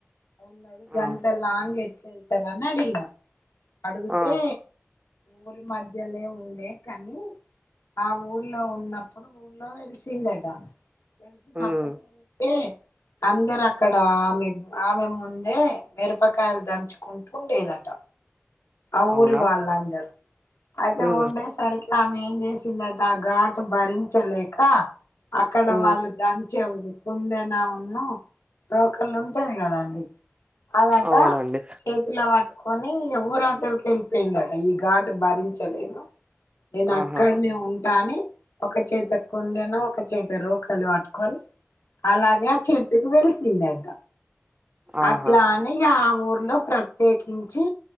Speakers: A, on the left; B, on the right.
A: అవున్నది గంత
B: ఆ
A: లాంగ్ ఎట్లా వెళ్తారని అడిగినా అడుగుతే
B: ఆ
A: ఊరి మధ్యలనే ఉండే కాని ఆ ఊరు ఊళ్లో ఉన్నప్పుడు ఊళ్లో వెలిసిందట వెలిసినప్పుడు
B: ఉమ్
A: ఏ అందరు అక్కడ ఆమె ఆమే ముందే మిరపకాయలు దంచుకుంటు ఉండేదట ఆ
B: అవునా
A: ఊరి వాళ్లందరూ అయితే
B: ఉమ్
A: ఉండేసరికి ఆమె ఏం జేసిందట ఘాటు భరించలేక అక్కడ
B: ఉమ్
A: వాళ్లు దంచే వుకుందనావును రోకలి ఉంటాది గదా అండి ఆదాట
B: అవునండి
A: చేతిల వట్టుకొని ఇగ ఊర్వత్ వెళ్ళిపోయిందట ఈ ఘాటు భరించలేను నేను అక్కడనే
B: ఆహా
A: ఉంటా అని ఒక చేత కుందేను ఒక చేత రోకాలు వాట్టుకొని అలాగే ఆ చెట్టుకు వెలిసిందట
B: ఆహా
A: అట్లా అని ఇగ ఆ ఊర్లో ప్రత్యేకించి